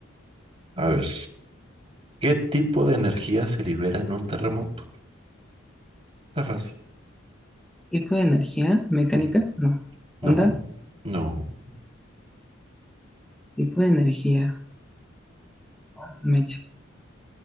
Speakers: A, on the right; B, in the centre.
A: A ver. ¿Qué tipo de energía se libera en un terremoto? Está fácil.
B: ¿Tipo de energía? ¿Mecánica?
A: Ujú.
B: No. ¿Ondas?
A: No, no.
B: ¿Tipo de energía? Ah, su mecha.